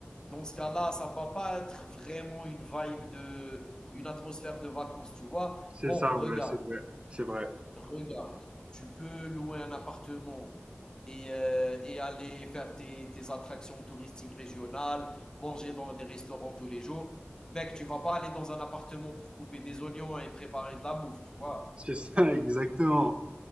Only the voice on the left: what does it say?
dans ce cas-là, ça ne va pas être vraiment une vibe de, une atmosphère de vacances, tu vois.
Bon,
regarde,
regarde. Tu peux louer un appartement et, euh, et aller faire tes, tes attractions touristiques régionales, manger dans des restaurants tous les jours. Mec, tu ne vas pas aller dans un appartement pour couper des oignons et préparer de la bouffe, tu vois